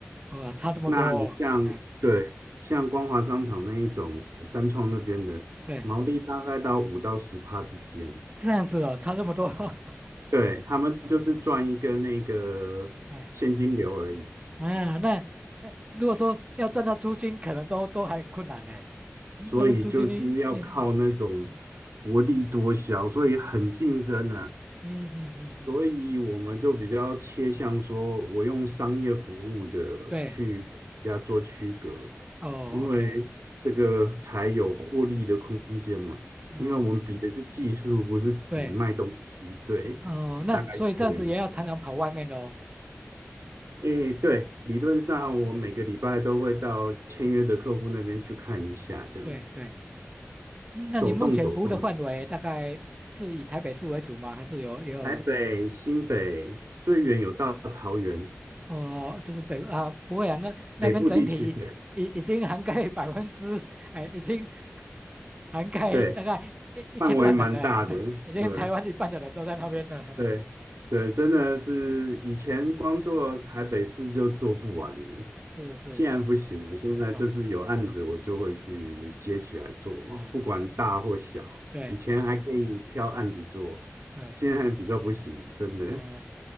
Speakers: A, on the right (about 25°); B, on the right (about 75°).
A: 哇，差这么多哦哎，
B: 那你像对像光华商场那一种，三创那边的毛利大概到五到十趴之间，
A: 对，这样子哦，差这么多，<laughs>
B: 对，他们就是赚一个那个现金流而已，
A: 哎啊，那哎，如果说要赚到租金，可能都都还很困难呢。嗯那么租金呢？
B: 所以就是要靠那种
A: 也嗯
B: 薄利多销，所以很竞争啊。
A: 嗯嗯嗯嗯嗯，
B: 所以我们就比较切向说，我用商业服务的去跟人家做区隔，
A: 对，哦，OK，
B: 因为这个才有获利的空间嘛。
A: 哦，
B: 因为我们比的是技术，不是比卖东西。
A: 对，
B: 对，
A: 哦，那所以这样子也要常常跑外面喽。
B: 大概是这样。诶，对，理论上我每个礼拜都会到签约的客户那边去看一下，这样子
A: 对对，嗯那你目前服务的范围大概是以台北市为主吗？
B: 走动走动。
A: 还是有也有
B: 台北、新北，最远有到桃园，
A: 哦，就是北啊，不会啊，那那边整体已已经涵盖百分之，
B: 北部地区的。
A: 哎，已经涵盖大概一一千万人了，
B: 对。范围蛮大的，
A: <laughs> 已经台湾一半的人都在那边了。
B: 对对对，真的是以前光做台北市就做不完了，
A: 是是是，
B: 现在不行了，现在就是有案子我就会去接起来做，
A: 啊、啊，
B: 不管大或小，
A: 对对啊，
B: 以前还可以挑案子做，
A: 对，
B: 现在比较不行，真的，
A: 嗯、